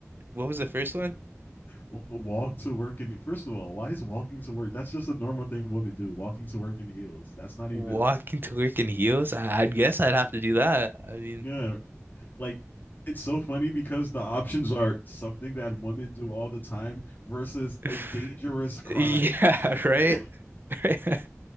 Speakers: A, on the right; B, on the left.
A: What was the first one?
B: Walk to work in. First of all, why is walking to work? That's just a normal thing women do. Walking to work in heels. That's not
A: Walking
B: even.
A: to work in heels? I, I guess I'd have to do that. I mean,
B: Yeah, Like it's so funny because the options are something that women do all the time versus
A: <laughs>
B: a dangerous crime.
A: yeah,
B: <laughs>
A: right? <laughs>